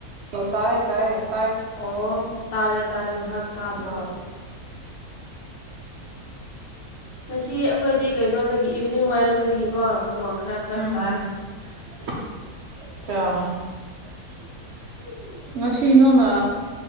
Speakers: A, on the right; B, on the left.
A: ꯇꯥꯏ ꯇꯌꯦ
B: ꯑꯣ ꯇꯥꯔꯦ ꯇꯥꯔꯦ ꯉꯥꯏꯍꯥꯛ ꯇꯥꯗꯕ
A: ꯑꯥ
B: ꯉꯁꯤ ꯑꯩꯈꯣꯏꯗꯤ ꯀꯩꯅꯣꯗꯒꯤ ꯏꯚꯅꯤꯡ ꯋꯥꯏꯔꯝꯗꯒꯤꯀꯣ ꯅꯣꯡ ꯈ꯭ꯔ ꯈ꯭ꯔ
A: ꯎꯝ
B: ꯇꯥꯏ
A: <inaudible> ꯉꯁꯤ ꯅꯪꯅ